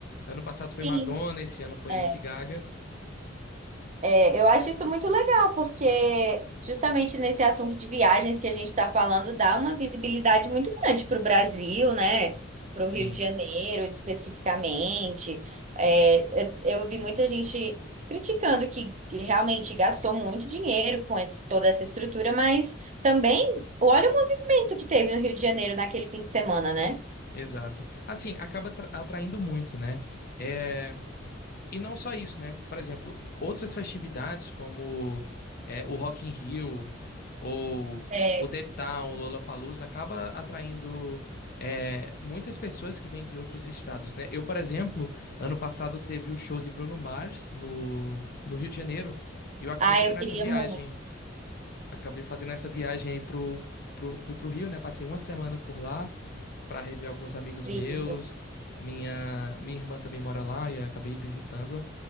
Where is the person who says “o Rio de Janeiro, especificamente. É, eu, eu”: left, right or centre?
Right